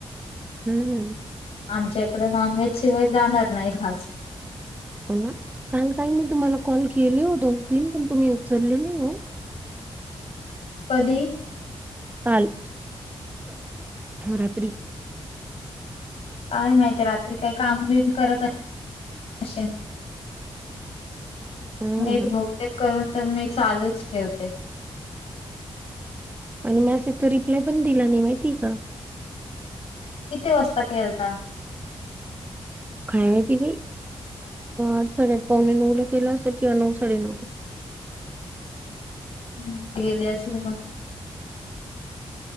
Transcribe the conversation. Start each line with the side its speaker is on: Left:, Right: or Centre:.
Right: हम्म.. हम्म...
Left: आमच्या इकडे नॉनव्हेज शिवाय जाणार नाही घास.
Right: हो ना काल काही मी तुम्हाला कॉल केले हो दोन तीन पण तुम्ही उचलले नाही हो.
Left: कधी?
Right: काल. रात्री.
Left: काय माहिती रात्री काही काम बिम करत... असशीन.
Right: हम्म
Left: नेट बहुतेक करून तर मी चालूच ठेवते.
Right: आणि मॅसेज चा रिप्लाय पण दिला नाही माहितीये का?
Left: कि ती वस्ता केलता...
Right: काय माहीती बाई.... आठ साडेआठ पावणे नऊ ला केला असेल. किंवा नऊ साडे नऊ ला.
Left: <unintelligible>